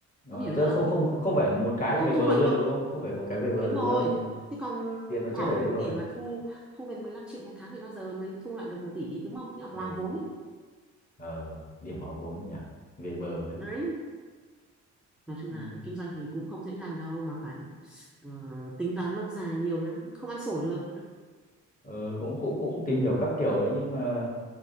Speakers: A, on the left (about 30°); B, in the centre.
A: ờ,
B: ông hiểu ý
A: tức
B: tôi
A: là không
B: không
A: không không phải một cái là
B: không
A: về
B: thu
A: bờ
B: lại
A: luôn
B: được
A: được luôn không phải một cái về bờ
B: đúng
A: được
B: rồi
A: luôn
B: thế còn
A: tiền nó
B: bỏ
A: chết
B: hơn
A: ở đấy
B: một
A: rồi
B: tỷ mà thu thu về 15 triệu một tháng thì bao giờ mới thu lại được một tỷ đúng không nghĩa là hòa
A: ừ
B: vốn ấy.
A: ờ điểm hòa vốn nhỉ về bờ đấy
B: đấy nói chung
A: Nên
B: là kinh doanh thì cũng không dễ dàng đâu mà phải ờ, tính toán lâu dài nhiều lắm không ăn sổ được
A: ờ, cũng cũng cũng tìm hiểu các kiểu đấy nhưng mà